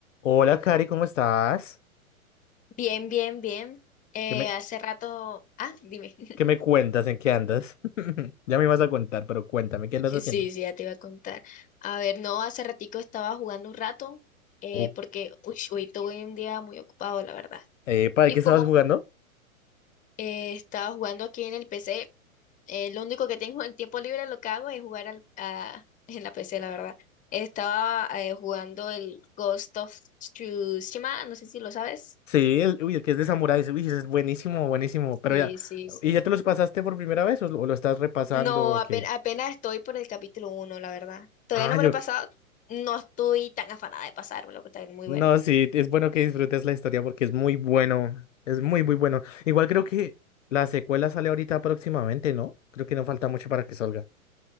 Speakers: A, on the left; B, on the left.
A: Hola, Cari, ¿cómo estás?
B: Bien, bien, bien. Eh,
A: ¿Qué me,
B: hace rato, ah, dime. <laughs>
A: qué me cuentas? ¿En qué andas? <laughs> Ya me ibas a contar, pero cuéntame, ¿qué andas
B: Sí,
A: haciendo?
B: sí, ya te iba a contar. A ver, no, hace ratico estaba jugando un rato, eh,
A: Uh,
B: porque uy, hoy tuve un día muy ocupado, la verdad.
A: epa,
B: Y
A: ¿de qué estabas
B: como
A: jugando?
B: eh, estaba jugando aquí en el PC, eh, lo único que tengo en tiempo libre lo que hago es jugar al, a- <laughs> en la PC, la verdad. Estaba eh, jugando el Ghost of Tsushima, no sé si lo sabes.
A: Sí, el, uy, el que es de Samuráis, uy, ese es buenísimo, buenísimo, pero
B: Sí,
A: ya,
B: sí, sí.
A: ¿y ya te los pasaste por primera vez o lo, o lo estás repasando
B: No,
A: o
B: apen-
A: qué?
B: apenas, estoy por el capítulo uno la verdad. Todavía
A: Ah,
B: no me
A: yo,
B: lo he pasado. No estoy tan afanada de pasármelo, pero está muy
A: no,
B: bueno.
A: sí, es bueno que disfrutes la historia porque es muy bueno, es muy, muy bueno. Igual creo que la secuela sale ahorita próximamente, ¿no? Creo que no falta mucho para que salga,